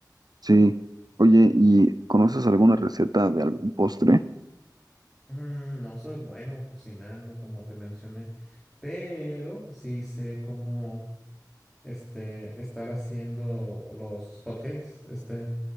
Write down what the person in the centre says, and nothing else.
Mm, no soy bueno cocinando, como te mencioné, pero sí sé cómo este, estar haciendo los hotcakes, este,